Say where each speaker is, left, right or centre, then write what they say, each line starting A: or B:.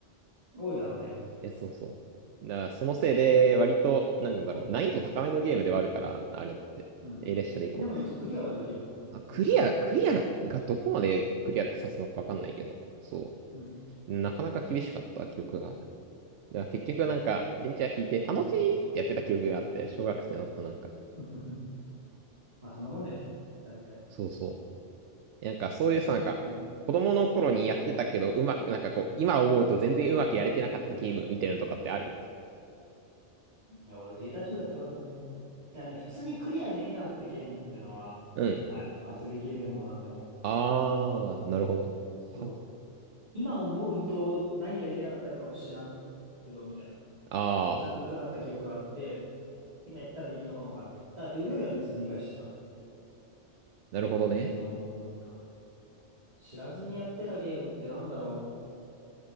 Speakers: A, on the right; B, on the right.
A: 多いだろうね。
B: え、そうそう。だからそのせいで、割と、なんだろう、難易度高めのゲームではあるから、あれって。
A: うん。
B: え、列車で行こう。
A: でも別にクリアはできるのどういうこと
B: あ、クリア、クリアがどこまでクリアって指すのかわかんないけど、そ
A: うん。
B: う。なかなか厳しかった記憶がある。だから結局なんか、電池は引いて、楽しいってやってた記憶があって、
A: ええ。
B: 小学生の頃なんか。
A: <laughs> まあそんなもんだよね。大体。
B: そうそうなんかそういうさ、
A: えうん。
B: なんか、子供の頃にやってたけど、うまく、なんかこう、今思うと全然うまくやれてなかったゲームみたいなのとかってある
A: いや、俺データ中だったからな。いやね、普通にクリアできなかったゲームってのは、
B: うん。
A: ある、パズルゲーでもなんでも。
B: あー、なるほど。
A: そう。
B: パ
A: 今思うと何がいけなかったのかも知らんけど、みたいな。
B: あ
A: ちゃんと難かった記憶があって、今やったらできるのかもわかんない。だってルールは別に理解してたかな。っ
B: ー、なるほどね。
A: て感じの多いな。知らずにやってたゲームってなんだろ